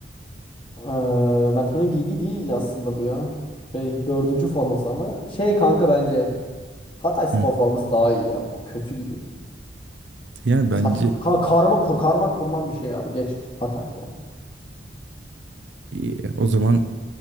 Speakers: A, on the left (about 30°); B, on the right (about 70°).
A: Ee, Mert Günok'un giydiği değil aslında bu ya. Şey, dördüncü forması ama. Şey kanka bence. Hatayspor
B: Hı.
A: forması daha iyi ya. Bu kötü gibi.
B: Yani
A: Saçma
B: bence
A: sapan. Karma kur, karma kurman bir şey ya. Bu geç. Hatay forması.
B: iyi. O zaman